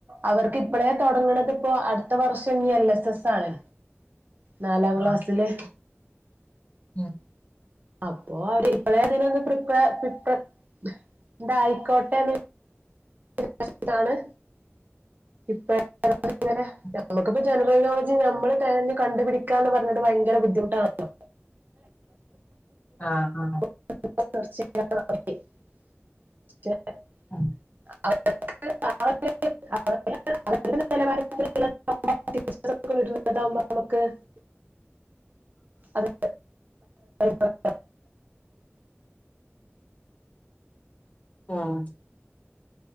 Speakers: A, on the right (about 45°); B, on the left (about 30°).
A: അവർക്ക് ഇപ്പളെ തൊടങ്ങണതിപ്പോ അട്ത്ത വർഷന്നി എൽ എസ് എസ് ആണ് നാലാ
B: ആഹ്
A: ക്ലാസ്സില്
B: ഉം
A: അപ്പോ അവര് ഇപ്പളെതിനൊന്ന്പ്രിപ്ലെ <unintelligible> ഇന്തായിക്കോട്ടെന്ന് <unintelligible> ട്ടാണ് ഇപ്പ <unintelligible> ങ്ങനെ
B: ഉം
A: ഞമ്മക്കിപ്പ ജനറൽ നോളജ് മ്മള് തെരഞ്ഞ് കണ്ടുപിടിക്കാന്ന് പർന്നത് ഭയങ്കര ബുദ്ധിമുട്ടാണലോ
B: ആഹ് ആഹ്
A: <unintelligible>
B: ആഹ്
A: <unintelligible> <unintelligible> വീട്ടില് <unintelligible> മ്മക്ക് അത് <unintelligible>
B: അഹ്